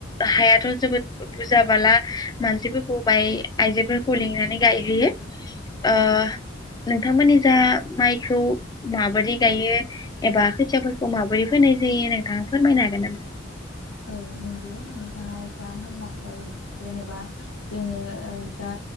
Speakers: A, on the left (about 20°); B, on the left (about 80°).
A: हायाथ जोबोद बुरजाबाला मानसिफोरखौ बाय आइजोफोरखौ लिंनानै गायहोयो। ओ।
B: औ औ
A: नोंथांमोननि जा माइखौ माबोरै गायो। एबा खोथियाफोरखौ माबोरै फैनाय जायो नोंथांङा फोरमायनो हागोन नामा।
B: औ नोंगो नोंथांङा जा होनलांबाय जेनेबा जोंङो ओ जा